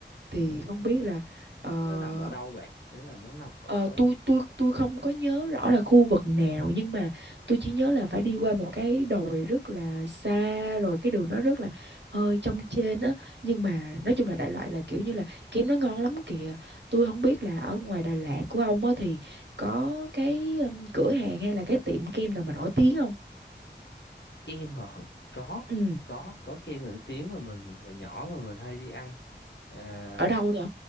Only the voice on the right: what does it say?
thì không biết là ờ,
Ờ, tôi tôi tôi không có nhớ rõ là khu vực nào nhưng mà tôi chỉ nhớ là phải đi qua một cái đồi rất là xa rồi cái đường nó rất là hơi trong trên á nhưng mà nói chung là đại loại là kiểu như là kem nó ngon lắm kìa tôi không biết là ở ngoài Đà Lạt của ông á thì có cái um, cửa hàng hay là cái tiệm kem nào mà nổi tiếng không
ừ
ở đâu vậy